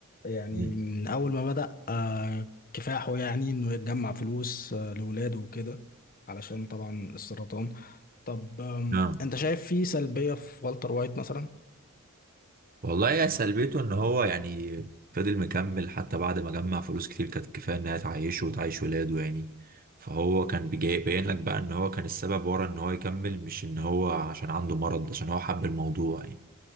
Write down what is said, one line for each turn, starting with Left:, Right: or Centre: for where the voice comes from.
Left: يعني
Right: مم.
Left: من اول ما بدأ آه كفاحه يعني انه يتجمع فلوس آه لولاده وكده علشان طبعا السرطان طب آم،
Right: آه.
Left: انت شايف في سلبية في والتر وايت مثلا
Right: والله يا سلبيته ان هو يعني فضل مكمل حتى بعد ما جمع فلوس كتير كانت كفايه انها تعيشه وتعيش ولاده يعني فهو كان بيجي- باين لك بقى ان هو كان السبب ورا ان هو يكمل مش ان هو عشان عنده مرض عشان هو حب الموضوع يعني